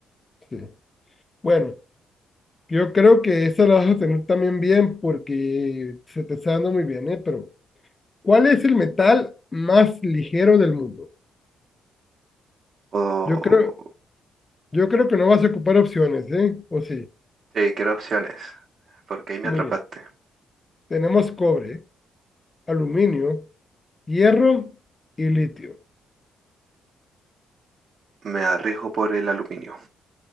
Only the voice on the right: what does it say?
O
eh, quiero opciones, porque ahí me
atrapaste.
Me arriesgo por el aluminio.